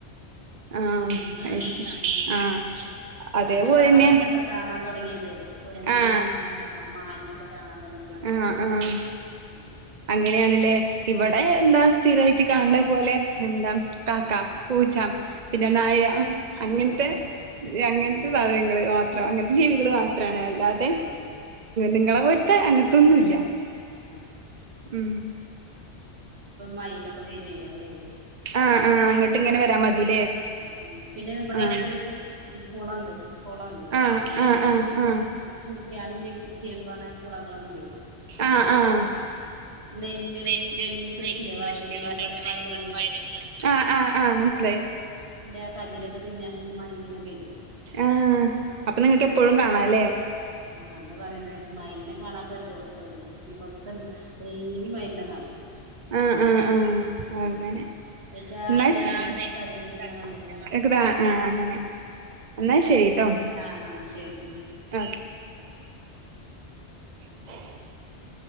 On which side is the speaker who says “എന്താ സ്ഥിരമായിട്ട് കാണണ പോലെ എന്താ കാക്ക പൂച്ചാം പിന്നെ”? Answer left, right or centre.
Right